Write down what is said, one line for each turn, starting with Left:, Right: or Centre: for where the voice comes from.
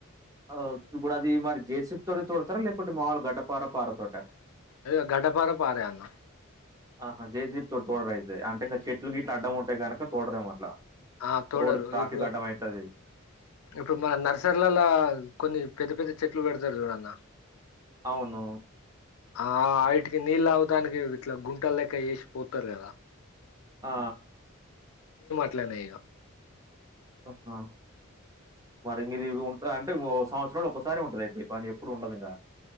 Right: ఆ ఇప్పుడది మరి జేసిప్ తోటె తోడతారా లేకపోతే మామూలు గడ్డపార, పార తోటా.
Left: ఏ గడ్డ పార పారేన్న.
Right: ఆహా జైసీప్ తోడు తోడరైతే అంటే చెట్లు గీట్లు అడ్డం ఉంటాయి కనుక తోడరం అట్లా
Left: ఆ తోడరు
Right: రోడ్ ట్రాఫిక్
Left: ఇప్పుడు
Right: అడ్డం అవుతది
Left: ఇప్పుడు మన నర్సరీలలో కొన్ని పెద్ద పెద్ద చెట్లు పెడతరు చూడన్న
Right: అవును
Left: ఆ వా ఇటికి నీళ్ళు అవదానికి ఇట్లా గుంటల లెక్క వేసి పోతరు కదా
Right: ఆ
Left: ట్లనేయగా
Right: ఆహా మరి ఇది ఉంట అంటే సంవత్సరంలో ఒకసారి ఉంటద అయితే పని ఎప్పుడు ఉండదు ఇంకా